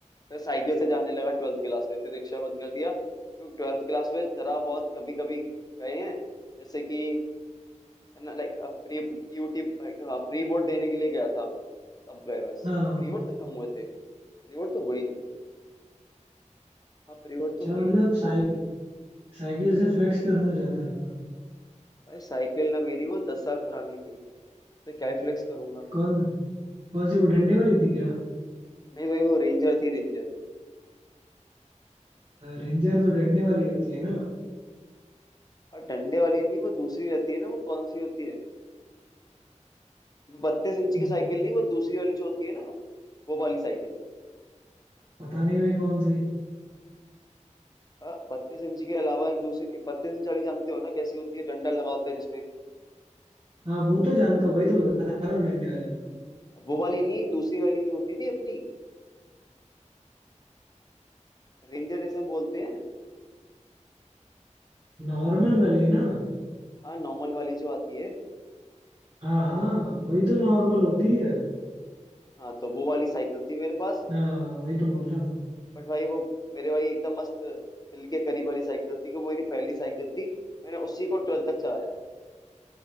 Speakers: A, on the left; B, on the right.
A: फिर साइकिल से जाने लगा ट्वेल्थ क्लास में फिर रिक्शा बंद कर दिया क्योंकि ट्वेल्थ क्लास में जरा बहुत कभी कभी गए हैं जैसे कि लाइक प्री पीयूटी प्री बोर्ड देने के लिए गया था तब गए बस
B: हाँ
A: प्री बोर्ड तो कम हुए थे प्री बोर्ड तो हुए ही नहीं थे हाँ प्री बोर्ड
B: अच्छा
A: तो हुए
B: मतलब
A: ही नहीं
B: साइकिल साइकिल से फ्लेक्स करने जाता था
A: भाई साइकिल ना मेरी वो दस साल पुरानी थी तो क्या ही फ्लेक्स करूंगा मैं
B: कौन कौन सी वो डंडे वाली थी क्या
A: नहीं भाई वो रेंजर थी रेंजर
B: रेंजर तो डंडे वाली होती है ना
A: और डंडे वाली नहीं वो दूसरी रहती है ना वो कौन सी होती है बत्तीस इंच की
B: हम्म,
A: साइकिल नहीं वो दूसरी वाली जो होती है ना वो वाली साइकिल
B: पता नहीं भाई कौन सी
A: हाँ बत्तीस इंच के अलावा एक दूसरी बत्तीस इंच वाली जानते हो ना कैसी होती है डंडा लगा होता है जिसमें
B: हाँ वो तो जानता हूँ वही तो बता रहा हूँ डंडे वाली
A: वो वाली नहीं दूसरी वाली नहीं होती थी अपनी रेंजर जिसे हम बोलते हैं
B: नॉर्मल वाली ना
A: हाँ नॉर्मल वाली जो आती है
B: हाँ हाँ वही तो नॉर्मल होती है
A: हाँ तो वो वाली साइकिल थी मेरे पास
B: हाँ वही तो बोल रहा हूँ
A: बट भाई वो मेरे भाई एकदम मस्त दिल के करीब वाली साइकिल थी कि वो मेरी पहली साइकिल थी मैंने उसी को ट्वेल्थ तक चलाया है